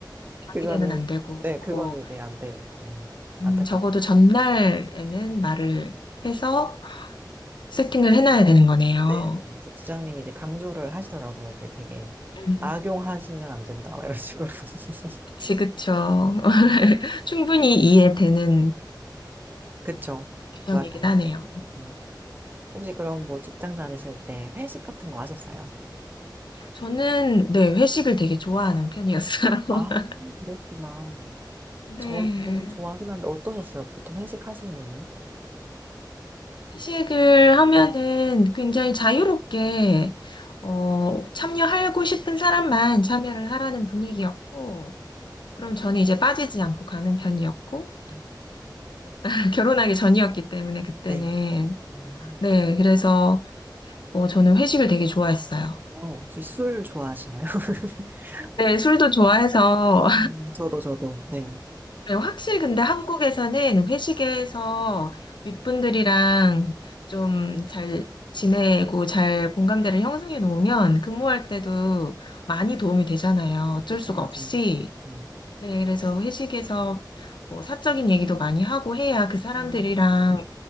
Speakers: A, on the right; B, on the left.
A: 그거는,
B: 당일에는 안 되고
A: 네, 그거는
B: 어,
A: 이제 안 돼요. 음,
B: 음,
A: 안타깝고.
B: 적어도 전날에는 말을 해서 세팅을 해놔야 되는 거네요.
A: 네, 네. 그래서 부장님이 이제 강조를 하시더라고요. 그게 되게
B: 음.
A: 악용하시면 안 된다. 막 이런 식으로. <laughs>
B: 그치, 그쵸. <laughs>
A: 네.
B: 충분히 이해되는
A: 그쵸.
B: 규정이긴
A: 맞아요.
B: 하네요.
A: 네. 혹시 그럼 뭐 직장 다니실 때 회식 같은 거 하셨어요?
B: 저는, 네, 회식을 되게 좋아하는 편이었어요. <laughs>
A: 아, 그랬구나.
B: 네.
A: 저도 좋아하긴 한데 어떠셨어요? 보통 회식 하시는?
B: 회식을 하면은 굉장히 자유롭게, 어, 참여하고 싶은 사람만 참여를 하라는 분위기였고, 그럼 저는 이제 빠지지 않고 가는 편이었고,
A: 음,
B: <laughs> 결혼하기 전이었기 때문에 그때는.
A: 네. 음.
B: 네, 그래서, 어, 저는 회식을 되게 좋아했어요.
A: 어, 혹시 술 좋아하시나요? <laughs>
B: 네, 술도 좋아해서
A: 음, 저도, 저도. 네.
B: 네, 확실히 근데 한국에서는 회식에서 윗분들이랑 좀 잘 지내고 잘 공감대를 형성해 놓으면 근무할 때도 많이 도움이 되잖아요. 어쩔
A: 그쵸,
B: 수가
A: 맞아요.
B: 없이.
A: 네.
B: 네, 그래서 회식에서 뭐 사적인 얘기도 많이 하고 해야 그 사람들이랑,
A: 음,